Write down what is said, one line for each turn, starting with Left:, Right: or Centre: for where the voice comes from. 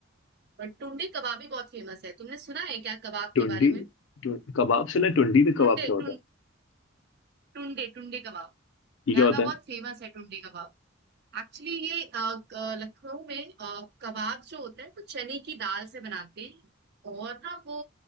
Right: अ, टुंडे कबाब भी बहुत फेमस है तुमने सुना है क्या कबाब
Left: टुंडी
Right: के बारे में
Left: टु- कबाब से ना टुंडी तो
Right: टुंडे
Left: कबाब क्या होता
Right: टुं,
Left: है
Right: टुंडे टुंडे कबाब
Left: ये
Right: यहाँ
Left: क्या होता
Right: का
Left: है
Right: बहुत फेमस है टुंडे कबाब एक्चुअली ये अ, क- लखनऊ में अ, कबाब जो होता है वो चने की दाल से बनाते हैं और ना वो